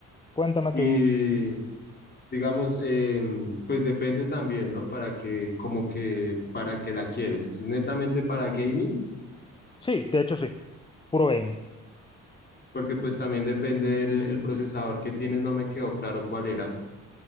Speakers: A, on the left (about 15°); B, on the left (about 35°).
A: Cuéntame
B: Y
A: tú.
B: digamos, eh, pues depende también, ¿no? Para que, como que, para que la quieres. Si es netamente para gaming,
A: Sí, de hecho sí, puro gaming.
B: porque pues también depende del el procesador que tienes, no me quedó claro cuál era.